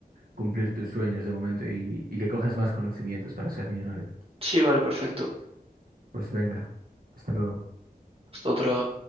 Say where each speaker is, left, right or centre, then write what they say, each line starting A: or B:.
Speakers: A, on the right (about 65°); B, on the right (about 35°).
A: cumplir tus sueños de momento y, y que cojas más conocimientos para ser millonario.
B: Sí, vale, perfecto.
A: Pues venga, hasta luego.
B: Hasta otra.